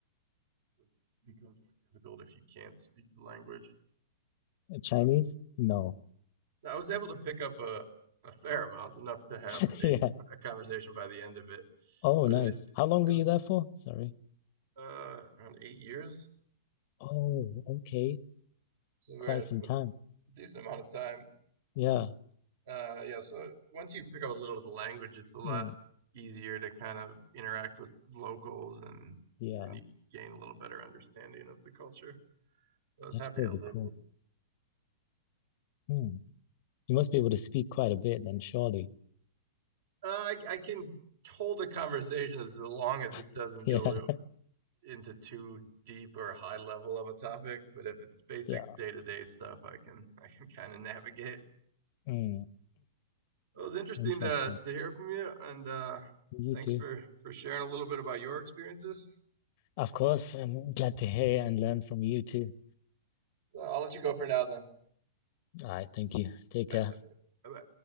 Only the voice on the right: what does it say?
it becomes more difficult if you can't speak the language.
Uh,
I was able to pick up a, a fair amount, enough to have
a base
<laughs> a conversation by the end of it.
But
in it,
in
uh, around eight years,
so we
had a
decent amount of time
Uh, yeah, so once you pick up a little of the language, it's a lot
easier to kind of interact with locals and
and you gain a little better understanding of the culture. I was
happy
I was able.
Uh, I, I can hold a conversation as long as it doesn't
go into too deep or high level of a topic, but if it's basic
day-to-day stuff, I can <laughs> I can kind of navigate.
It was interesting
to to hear from you, and uh,
thanks
for for sharing a little bit about your experiences.
Uh, I'll let you go for now then.
Bye.
Uh,